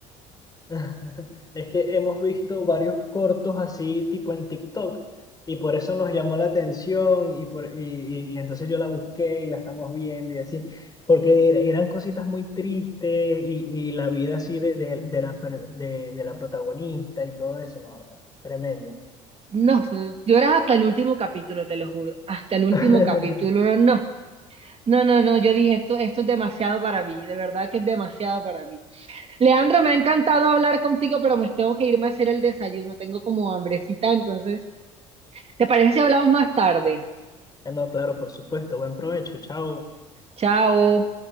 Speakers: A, on the left; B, on the right.
A: <laughs> Es que hemos visto varios cortos así, tipo en TikTok, y por eso nos llamó la atención, y, por, y, y- y entonces yo la busqué y la estamos viendo y así, porque er- eran cositas muy tristes y, y la vida así de, de, de la, per- de, de la protagonista y todo eso, no, no, tremendo.
B: No, lloras hasta el último capítulo, te lo juro, hasta el último
A: <laughs>
B: capítulo, no. No, no, no, yo dije, esto, esto es demasiado para mí, de verdad que es demasiado para mí. Leandro, me ha encantado hablar contigo, pero me tengo que irme a hacer el desayuno, tengo como hambrecita, entonces, ¿te parece si hablamos más tarde?
A: No, claro, por supuesto, buen provecho, chao.
B: Chao.